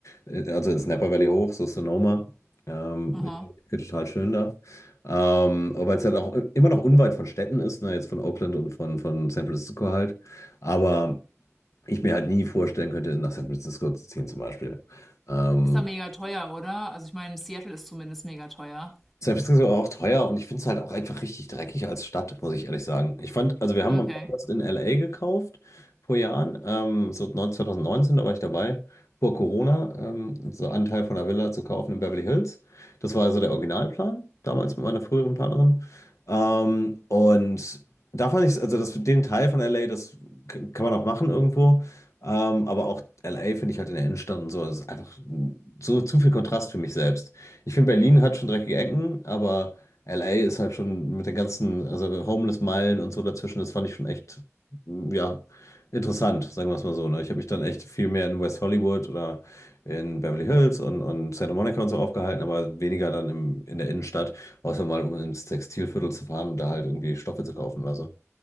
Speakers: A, on the left; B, in the centre.
A: also ins Napa Valley hoch, so Sonoma. Ähm,
B: Aha.
A: ich fand die Ecke total schön ähm, aber weil es halt auch immer noch unweit von Städten ist, ne, jetzt von Oakland und von, von San Francisco halt. Aber ich mir halt nie vorstellen könnte, nach San Francisco zu ziehen zum Beispiel. Ähm,
B: Ist da mega teuer, oder? Also ich meine, Seattle ist zumindest mega teuer.
A: San Francisco war auch teuer und ich finde es halt auch einfach richtig dreckig als Stadt, muss ich ehrlich sagen. Ich fand, also wir haben
B: Okay.
A: auch was in LA gekauft vor Jahren, ähm, so 9 2019, da war ich dabei, vor Corona, ähm, so einen Teil von einer Villa zu kaufen in Beverly Hills. Das war also der Originalplan, damals mit meiner früheren Partnerin. Ähm, und da fand ich es, also das, den Teil von LA, das k- kann man auch machen irgendwo. Ähm, aber auch LA finde ich halt in der Innenstadt und so, das ist einfach so zu viel Kontrast für mich selbst. Ich finde, Berlin hat schon dreckige Ecken, aber LA ist halt schon mit den ganzen, also Homeless-Meilen und so dazwischen, das fand ich schon echt, mm, ja, interessant, sagen wir es mal so. Ne? Ich habe mich dann echt viel mehr in West Hollywood oder in Beverly Hills und, und Santa Monica und so aufgehalten, aber weniger dann im, in der Innenstadt, außer mal um ins Textilviertel zu fahren und da halt irgendwie Stoffe zu kaufen oder so.